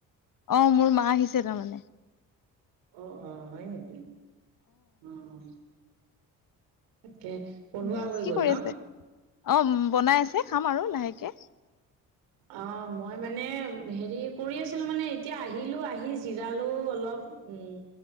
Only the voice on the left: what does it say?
অ', মোৰ মা আহিছে তাৰমানে।
দিয়ক
কি
কৰি
আছে অ', বনাই আছে, খাম আৰু লাহেকে।